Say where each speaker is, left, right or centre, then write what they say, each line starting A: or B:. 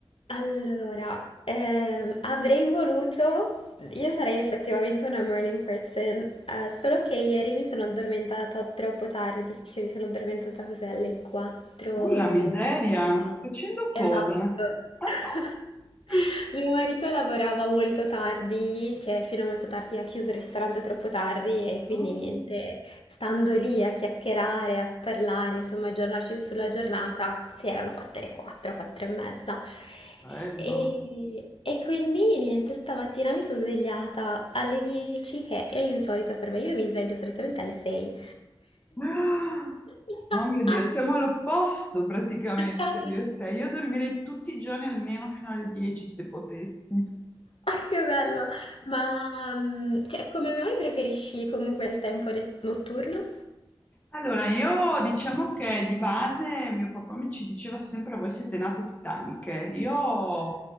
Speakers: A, on the left (about 75°); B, on the left (about 15°).
A: allora, ehm, avrei voluto, io sarei effettivamente una morning person, eh, solo che ieri mi sono addormentata troppo tardi, cioè mi sono addormentata così alle 4
B: Uh, la miseria,
A: e mezza.
B: facendo
A: Esatto.
B: cosa? <laughs>
A: <laughs> Mio marito lavorava molto tardi, cioè fino a molto tardi, ha chiuso il ristorante troppo tardi e
B: Ah,
A: quindi niente, stando lì a chiacchierare, a parlare, insomma, a aggiornarci sulla giornata, si erano fatte le 4, 4 e mezza.
B: bello.
A: E, e quindi niente, stamattina mi sono svegliata alle 10, che è insolito per me. Io mi sveglio solitamente alle 6.
B: <gasps>
A: <laughs>
B: Ah, Oh mio Dio, siamo all'opposto praticamente
A: Ah,
B: io e te. Io dormirei tutti i giorni almeno fino alle 10 se potessi.
A: Che bello! Ma mm, cioè, come mai preferisci comunque il tempo ne- notturno?
B: Allora, io diciamo che di base mio papà mi ci diceva sempre voi siete nate stanche. Io ho